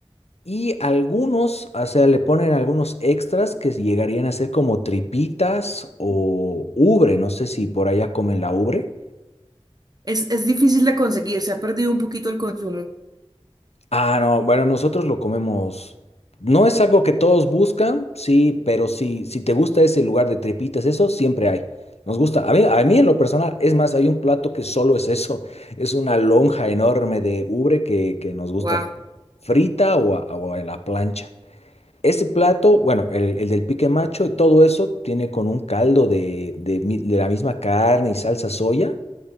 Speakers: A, on the left; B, on the right.
A: y algunos, o sea, le ponen algunos extras que llegarían a ser como tripitas o ubre. No sé si por allá comen la ubre.
B: Es, es difícil de conseguir, se ha perdido un poquito el consumo.
A: Ah, no, bueno, nosotros lo comemos. No es algo que todos buscan, sí, pero sí, si te gusta ese lugar de tripitas, eso siempre hay. Nos gusta. A mí, a mí en lo personal, es más, hay un plato que solo es eso. <laughs> Es una lonja enorme de ubre que, que nos gusta
B: Wow,
A: frita o a- o en la plancha. Ese plato, bueno, el, el del pique macho, todo eso tiene con un caldo de, de mi- de la misma carne y salsa soya